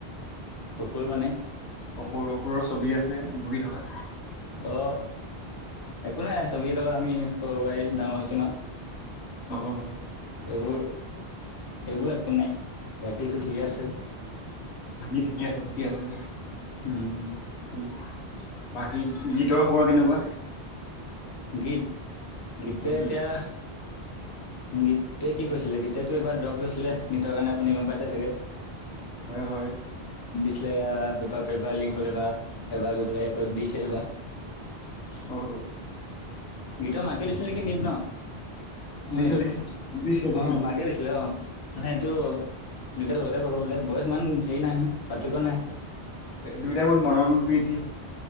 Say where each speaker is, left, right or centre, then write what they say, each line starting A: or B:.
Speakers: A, on the left; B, on the left.
A: কৈ মানে
B: অসুৰ অসুৰৰ ছবি আছে বহি থকা
A: অ একো নাই ছবিৰ লগত আমি সৰুৱাই ডাঙৰ হৈছো ন
B: অ অ
A: সেইবোৰ সেইবোৰ একো নাই বাকীটো ঠিকে আছে
B: আজি ঠিকে আছে ঠিকে আছে
A: উম
B: উ বাকী গীতৰ খবৰ কেনেকুৱা
A: গীত গীতটোৱে এতিয়া
B: গীত
A: গীতে কি কৈছিলে গীতেতটো এইবাৰ দ্ৰপ লৈছিলে নীটৰ কাৰণে আপুনি গম পাইছে চাগে
B: হয় হয়
A: ছিলে পেপাৰ পেপাৰ লিক হ'লে বা এবাৰ গৈ পাই প দিছেবা
B: অ
A: গীত মাকে দিছিল নেকি নদ ন অ
B: দিছিল
A: এইটো
B: দিছিল দিছিলে দিছিলে
A: অ মাকে দিছিলে অ মানে এইটো দুইটাৰ লগতে কব বোলে বয়স ইমান হেৰি নাই নহয় পাৰ্থক্য নাই
B: দুইটা বহুত মৰম প্ৰীতি